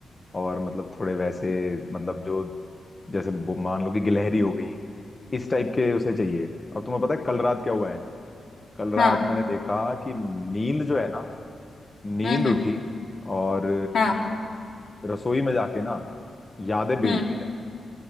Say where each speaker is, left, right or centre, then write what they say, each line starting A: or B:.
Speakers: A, on the left (about 15°); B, on the left (about 65°).
A: और मतलब थोड़े वैसे मतलब जो जैसे बो- मान लो कि गिलहरी हो गई इस टाइप के उसे चाहिए और तुम्हें पता है कल रात क्या हुआ है कल रात
B: हाँ
A: मैंने देखा कि नींद जो है ना नींद
B: हम्म हम्म
A: उठी और
B: हाँ
A: रसोई में जाके ना यादें बेल
B: हम्म
A: रही है